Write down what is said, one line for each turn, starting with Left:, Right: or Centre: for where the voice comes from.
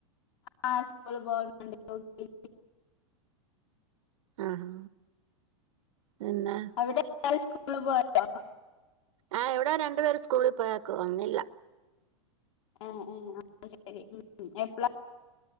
Left: ആഹ് സ്കൂൾ പോവുന്നുണ്ട് യു കെ ജി
Right: ആഹാ തെന്നേ
Left: അവിടെ എല്ലാരും സ്കൂൾള് പോയോ
Right: ആ ഇവിടെ രണ്ടുപേര് സ്കൂളിൽ പോയാക്കുവാ വന്നില്ല
Left: ആഹ് ആഹ് അപ്പോ ശേരി എപ്പളാ